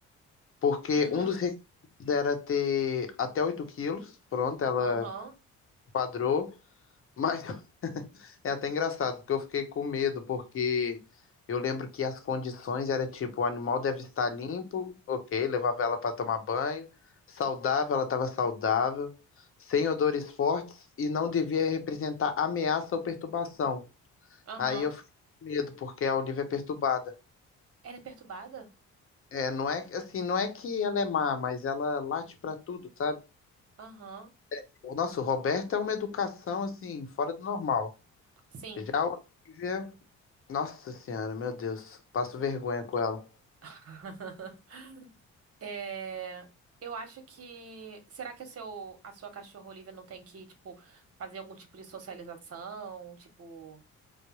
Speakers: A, on the left (about 45°); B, on the right (about 50°).
A: Porque
B: Uhum.
A: um dos requisitos era ter até 8 quilos. Pronto, ela
B: Aham.
A: quadrou. Mas <laughs> é até engraçado, porque eu fiquei com medo, porque eu lembro que as condições era tipo, o animal deve estar limpo, ok, levava ela para tomar banho, saudável, ela estava saudável, sem odores fortes e não devia representar ameaça ou perturbação.
B: Aham.
A: Aí eu fico com medo, porque a Olivia é perturbada.
B: Ela é perturbada?
A: É, não é assim, não é que ela é má, mas ela late pra tudo, sabe?
B: Aham.
A: Nossa, O nosso Roberto é uma educação assim, fora do normal.
B: Sim.
A: Já a Olivia, nossa senhora, meu Deus, passo vergonha com ela.
B: <laughs> É, eu acho que. Será que o seu, a sua cachorra Olivia não tem que, tipo, fazer algum tipo de socialização? Tipo, o